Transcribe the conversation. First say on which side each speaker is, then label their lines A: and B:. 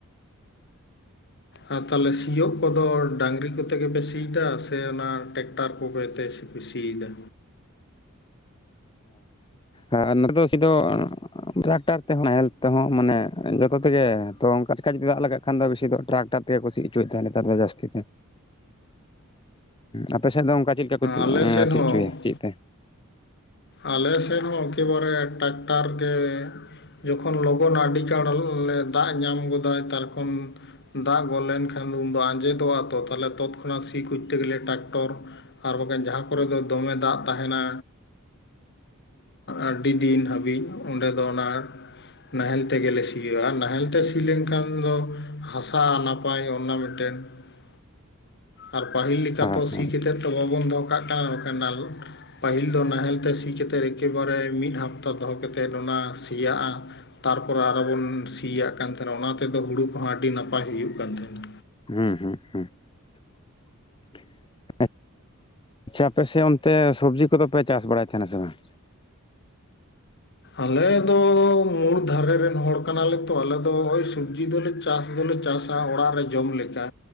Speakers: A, on the left; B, on the left.
A: ᱟᱨ ᱛᱟᱦᱚᱸᱞᱮ ᱥᱤᱭᱳᱜ ᱠᱚᱫᱚ ᱰᱟᱝᱨᱤ ᱠᱚᱫᱚ ᱛᱮᱜᱮ ᱯᱮ ᱥᱤ ᱮᱫᱟ ᱥᱮ ᱚᱱᱟ ᱴᱨᱟᱠᱴᱟᱨ ᱠᱚᱜᱮ ᱛᱮ ᱥᱤᱭᱮᱫᱟ?
B: ᱦᱮᱸ ᱟᱨ ᱱᱚᱰᱮ ᱫᱚ ᱥᱤ ᱫᱚ ᱴᱨᱟᱠᱴᱚᱨ ᱛᱮᱦᱚᱸ ᱱᱟᱦᱮᱞ ᱛᱮᱦᱚᱸ ᱢᱟᱱᱮ ᱡᱚᱛᱚ ᱛᱮᱜᱮ ᱛᱚ ᱚᱱᱠᱟ ᱪᱮᱠᱟ ᱡᱩᱫᱤ ᱫᱟᱜ ᱞᱟᱜᱟᱜ ᱠᱷᱟᱱ ᱫᱚ ᱵᱮᱥᱤ ᱫᱚ ᱴᱨᱟᱠᱴᱟᱨ ᱛᱮᱜᱮ ᱠᱚ ᱥᱤ ᱦᱚᱪᱚᱭᱮᱫ ᱛᱟᱭᱱᱟ ᱱᱮᱛᱟᱨ ᱫᱚ ᱡᱟᱹᱥᱛᱤ ᱟᱯᱮ ᱥᱮᱫ ᱫᱚ ᱚᱱᱠᱟ ᱪᱮᱫ ᱞᱮᱠᱟ ᱠᱚ ᱥᱤ
A: ᱟᱞᱮ ᱥᱮᱱ ᱦᱚᱸ
B: ᱦᱚᱪᱚᱭᱟ ᱪᱮᱫ ᱛᱮ?
A: ᱟᱞᱮ ᱥᱮᱫ ᱦᱚᱸ ᱮᱠᱮᱵᱟᱨᱮ ᱴᱨᱟᱠᱴᱟᱨ ᱜᱮ ᱡᱚᱠᱷᱚᱱ ᱞᱚᱜᱚᱱ ᱟᱹᱰᱤ ᱪᱟᱬ ᱫᱟᱜ ᱧᱟᱢ ᱜᱚᱫᱟᱭ ᱛᱟᱨᱠᱷᱚᱱ ᱫᱟᱜ ᱜᱚᱫ ᱞᱮᱱᱠᱷᱟᱱ ᱫᱚ ᱩᱱᱫᱚ ᱟᱸᱡᱮᱫᱚᱜᱼᱟ ᱛᱚ <unintelligible> ᱠᱷᱚᱱᱟᱜ ᱥᱤ ᱠᱚᱡᱛᱮ ᱜᱮᱞᱮ ᱴᱨᱟᱠᱴᱚᱨ ᱟᱨ ᱵᱟᱝᱠᱷᱟᱱ ᱡᱟᱦᱟᱸ ᱠᱚᱨᱮ ᱫᱚ ᱫᱚᱢᱮ ᱫᱟᱜ ᱛᱟᱦᱮᱱᱟ ᱟᱹᱰᱤ ᱫᱤᱱ ᱦᱟᱹᱵᱤᱡ ᱚᱸᱰᱮ ᱫᱚ ᱚᱱᱟ ᱱᱟᱦᱮᱞ ᱛᱮᱜᱮᱞᱮ ᱥᱤᱭᱳᱼᱟ ᱱᱟᱦᱮᱞ ᱛᱮ ᱥᱤ ᱞᱮᱱᱠᱷᱟᱱ ᱫᱚ ᱦᱟᱥᱟ ᱱᱟᱯᱟᱭ ᱚᱱᱟ ᱢᱤᱫᱴᱮᱱ <unintelligible>
B: <inaudible>
A: ᱟᱨ ᱯᱟᱹᱦᱤᱞ ᱞᱮᱠᱟ
B: ᱦᱮᱸ
A: ᱛᱚ ᱥᱤ ᱠᱟᱛᱮᱫ ᱫᱚ ᱵᱟᱵᱚᱱ ᱫᱚᱦᱚ <unintelligible> ᱯᱟᱹᱦᱤᱞ ᱫᱚ ᱱᱟᱦᱮᱞ ᱛᱮ ᱥᱤ ᱠᱟ ᱠᱟᱛᱮ ᱮᱠᱮᱵᱟᱨᱮ ᱢᱤᱫ ᱦᱟᱯᱛᱟ ᱫᱚᱦᱚ ᱠᱟᱛᱮ ᱚᱱᱟ ᱥᱮᱭᱟᱜᱼᱟ ᱛᱟᱨᱯᱚᱨᱮ ᱟᱨᱚ ᱵᱚᱱ ᱥᱤᱭᱟᱜ ᱠᱟᱱ ᱛᱟᱦᱮᱱᱟ ᱚᱱᱟ ᱛᱮᱫᱚ ᱦᱩᱲᱩ ᱠᱚᱦᱚᱸ ᱟᱹᱰᱤ ᱱᱟᱯᱟᱭ ᱦᱩᱭᱩᱜᱼᱟ ᱦᱩᱭᱩᱜ ᱠᱟᱱ ᱛᱟᱦᱮᱱᱟ᱾
B: <unintelligible> ᱟᱪᱪᱷᱟ ᱟᱯᱮ ᱥᱮᱫ ᱚᱱᱛᱮ ᱥᱚᱵᱡᱤ ᱠᱚᱫᱚᱯᱮ ᱪᱟᱥ ᱵᱟᱲᱟᱭ ᱛᱟᱦᱮᱱᱟ ᱥᱮ ᱵᱟᱝ?
A: ᱟᱞᱮ ᱫᱚ ᱢᱩᱲ ᱫᱷᱟᱨᱮ ᱨᱮᱱ ᱦᱚᱲ ᱠᱟᱱᱟ ᱞᱮ ᱛᱚ ᱟᱞᱮ ᱫᱚ ᱥᱚᱵᱡᱤ ᱫᱚᱞᱮ ᱪᱟᱥᱮ ᱞᱮ ᱪᱟᱥᱟ ᱚᱲᱟᱜ ᱨᱮ ᱡᱚᱢ ᱞᱮᱠᱟ